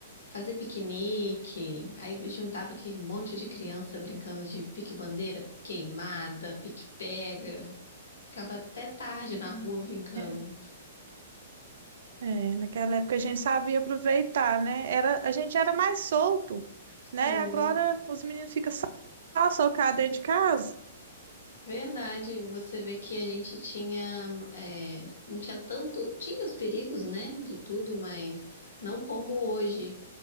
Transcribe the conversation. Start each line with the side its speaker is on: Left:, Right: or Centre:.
Left: fazer piquenique. Aí juntava aquele monte de criança brincando de pique-bandeira, queimada, pique-pega. Ficava até tarde na rua brincando.
Right: É, é, naquela época a gente sabia aproveitar, né? Era, a gente era mais solto, né?
Left: Sim.
Right: Agora os meninos ficam só socados dentro de casa.
Left: Verdade, você vê que a gente tinha, é, não tinha tanto, tinha os perigos, né, de tudo, mas não como hoje.